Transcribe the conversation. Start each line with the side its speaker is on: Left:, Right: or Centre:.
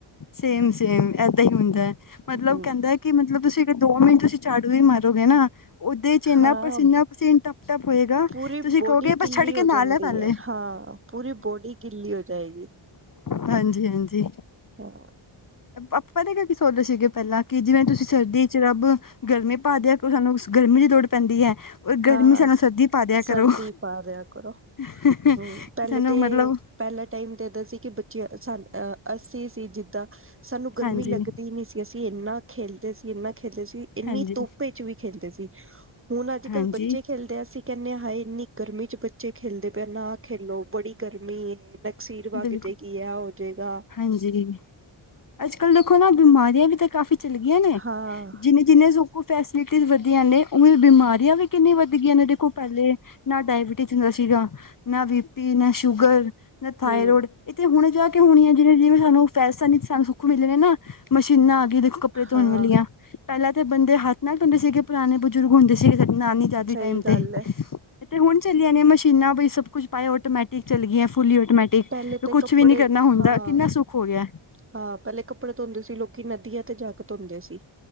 Left: ਸੇਮ-ਸੇਮ ਏਦਾਂ ਹੀ ਹੁੰਦਾ ਮਤਲਬ
Right: ਹਮ
Left: ਕਹਿੰਦਾ ਕਿ ਮਤਲਬ ਤੁਸੀਂ ਦੋ ਮਿੰਟ ਤੁਸੀਂ ਝਾੜੂ ਵੀ ਮਾਰੋਗੇ ਨਾ ਓਦੇ ਚ ਇਨਾ
Right: ਹਾਂ
Left: ਪਸੀਨਾ ਪਸੀਨ ਟੱਪ ਟੱਪ ਹੋਏਗਾ
Right: ਪੂਰੀ
Left: ਤੁਸੀਂ
Right: ਬੋਡੀ
Left: ਕਹੋਗੇ ਬਸ
Right: ਗਿੱਲੀ
Left: ਛੱਡ ਕੇ
Right: ਹੋ
Left: ਨਹਲਾ
Right: ਜਾਂਦੀ
Left: ਲੈ ਪਹਿਲੇ
Right: ਹੈ ਹਾਂ ਪੂਰੀ ਬੋਡੀ ਗਿੱਲੀ ਹੋ ਜਾਏਗੀ।
Left: ਹਾਂਜੀ-ਹਾਂਜੀ
Right: ਹਾਂ
Left: ਆਪਾ ਪਤਾ ਕੀ ਸੋਚਦੇ ਸੀਗੇ ਪਹਿਲਾਂ ਕਿ ਜਿਵੇਂ ਤੁਸੀਂ ਸਰਦੀ ਚ ਰੱਬ ਗਰਮੀ ਪਾਦਿਆ ਕਰੋ ਸਾਨੂੰ ਗਰਮੀ ਦੀ ਲੋੜ ਪੈਂਦੀ ਐ ਓ ਗਰਮੀ
Right: ਹਾਂ
Left: ਸਾਨੂੰ ਸਰਦੀ ਪਾ ਦਿਆ
Right: ਸਰਦੀ
Left: ਕਰੋ।
Right: ਪਾ ਦਿਆ ਕਰੋ
Left: ਕਿ
Right: ਹਮ ਪਹਿਲੇ
Left: ਸਾਨੂੰ
Right: ਤੇ
Left: ਮਤਲਬ
Right: ਪਹਿਲਾ ਟਾਈਮ ਤਾਂ ਏਦਾਂ ਸੀ ਕਿ ਬੱਚੇ ਸ ਅ ਅਸੀ ਸੀ ਜਿੱਦਾਂ ਸਾਨੂੰ ਗਰਮੀ
Left: ਹਾਂਜੀ
Right: ਲੱਗਦੀ ਨੀਂ ਸੀ। ਅਸੀਂ ਇੰਨਾ ਖੇਲਦੇ ਸੀ ਇਨਾ ਖੇਲਦੇ ਸੀ ਇੰਨੀ
Left: ਹਾਂਜੀ
Right: ਧੁੱਪ ਚ ਵੀ ਖੇਲਦੇ ਸੀ ਹੁਣ ਅੱ
Left: ਹਾਂਜੀ
Right: ਜ ਕੱਲ੍ਹ ਬੱਚੇ ਖੇਲਦੀਆ ਅਸੀ ਕਹਿੰਦੇ ਹਾਏ ਇੰਨੀ ਗਰਮੀ ਚ ਬੱਚੇ ਖੇਲਦੇ ਪਏ ਆ ਨਾ ਖੇਲੋ ਬੜੀ ਗਰਮੀ ਏ ਨਕਸੀਰ ਵਗ
Left: ਬਿਲਕੁਲ,
Right: ਜਾਏਗੀ ਆ ਹੋ ਜਾਏਗਾ
Left: ਹਾਂਜੀ, ਅੱਜ-ਕੱਲ੍ਹ ਦੇਖੋ ਨਾ ਬਿਮਾਰੀਆਂ ਵੀ ਤੇ ਕਾਫੀ ਚੱਲ ਗਈਆਂ ਨੇ
Right: ਹਾਂ
Left: ਜਿੰਨੇ-ਜਿੰਨੇ ਸ ਫੈਸਿਲਿਟੀਜ਼ ਵਧੀਆ ਨੇ ਉਵੇਂ ਬਿਮਾਰੀਆਂ ਵੀ ਕਿੰਨੀਆਂ ਵੱਧ ਗਈਆਂ ਨੇ ਦੇਖੋ ਪਹਿਲੇ ਨਾ ਡਾਇਬਿਟੀਜ਼ ਹੁੰਦਾ ਸੀਗਾ, ਨਾ ਬੀ ਪੀ ਨਾ ਸ਼ੂਗਰ। ਨਾ ਥਾਈਰੋਡ
Right: ਹਮ
Left: ਏਹ ਤੇ ਹੁਣ ਜਾ ਕੇ ਹੋਣੀ ਆ ਜਿਵੇਂ ਜਿਵੇਂ ਸਾਨੂੰ ਫੈਸਨ ਵਿਚ ਸਾਨੂੰ ਸੁੱਖ ਮਿਲਰੇ ਨਾ ਮਸ਼ੀਨਾਂ ਆ ਗਈ ਦੇਖੋ ਕੱਪੜੇ ਧੋਣ
Right: ਹਾਂ
Left: ਵਾਲੀਆ ਪਹਿਲਾਂ ਤਾਂ ਬੰਦੇ ਹੱਥ ਨਾਲ ਧੋਦੇ ਸੀਗੇ ਪੁਰਾਣੇ ਬਜ਼ੁਰਗ ਹੁੰਦੇ ਸੀਗੇ ਸਾਡੇ ਨਾਨੀ ਦਾਦੀ
Right: ਸਹੀ
Left: ਟਾਈਮ ਤੇ
Right: ਗੱਲ ਹੈ
Left: ਤੇ ਹੁਣ ਚੱਲੀਆਂ ਨੇ ਮਸ਼ੀਨਾਂ ਬਈ ਸਭ ਕੁਛ ਪਏ ਔਟੋਮੈਟਿਕ ਚੱਲ ਗਈਆਂ ਫੁੱਲੀ ਟੋਮੈਟਿਕ
Right: ਪਹਿਲੇ ਤੇ
Left: ਕੁਛ
Right: ਕੱਪੜੇ
Left: ਵੀ ਨੀ ਕਰਨਾ ਹੁੰਦਾ
Right: ਹਾਂ
Left: ਕਿੰਨਾ ਸੁੱਖ ਹੋ ਗਿਆ।
Right: ਹਾਂ ਪਹਿਲੇ ਕੱਪੜੇ ਧੋਂਦੇ ਸੀ ਲੋਕੀਂ ਨਦੀਆਂ ਤੇ ਜਾ ਕੇ ਧੋਂਦੇ ਸੀ